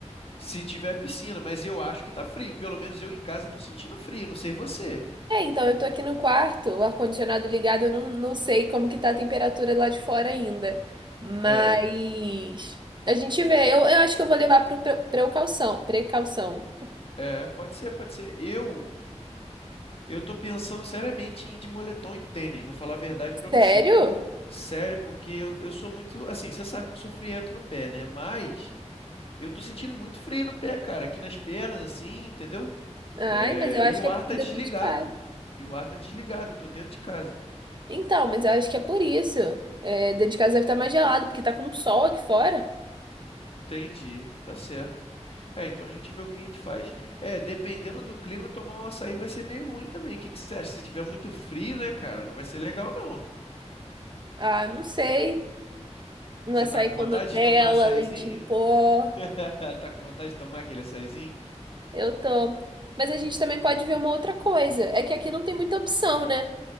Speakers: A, on the left; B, on the right.
A: Se tiver piscina, mas eu acho que tá frio. Pelo menos eu em casa tô sentindo frio, não sei você.
B: É, então, eu tô aqui no quarto, o ar-condicionado ligado, eu não, não sei como que tá a temperatura lá de fora ainda. Mas
A: É,
B: a gente vê. Eu, eu acho que eu vou levar pro pre- precaução. Precaução.
A: é, pode ser, pode ser. Eu, eu tô pensando seriamente em ir de moletom e tênis. Vou falar a verdade pra você.
B: Sério?
A: Pu- sério, porque eu, eu sou muito, assim, você sabe que eu sou friento no pé, né? Mas eu tô sentindo muito frio no pé, cara, aqui nas pernas, assim, entendeu?
B: Ai,
A: É,
B: mas eu acho
A: e o
B: que é
A: ar
B: porque
A: tá
B: tá dentro
A: desligado.
B: de casa.
A: E o ar tá desligado, eu tô dentro de casa.
B: Então, mas eu acho que é por isso. É, dentro de casa deve estar mais gelado, porque tá com sol aqui fora.
A: Entendi, tá certo. É, então a gente vê o que a gente faz. É, dependendo do clima, tomar um açaí vai ser meio ruim também. O que que você acha? Se tiver muito frio, né, cara? Não vai ser legal, não.
B: Ah, não sei. Um
A: Você
B: açaí
A: tá com vontade
B: com Nutella,
A: de tomar açaizinho?
B: leite em pó.
A: <laughs> Tá com vontade de tomar aquele açaizinho?
B: Eu tô. Mas a gente também pode ver uma outra coisa. É que aqui não tem muita opção, né?